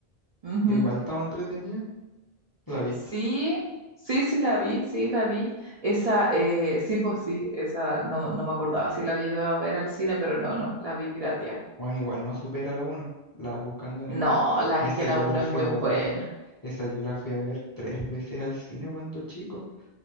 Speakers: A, on the right; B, on the left.
A: ujú.
B: Igual estaba entretenida. ¿La viste?
A: Sí, sí, sí la vi, sí la vi, esa, eh, sí, pues sí, esa, no, no me acordaba si la vi de a ver al cine, pero no, no, la vi piratea.
B: Bueno, igual no supera la uno la Buscando Nemo
A: No,
B: uno
A: la
B: Esa
A: es que la
B: yo
A: uno
B: la fui
A: es muy
B: a
A: buena,
B: ver, esa yo la fui a ver tres veces al cine cuando chico.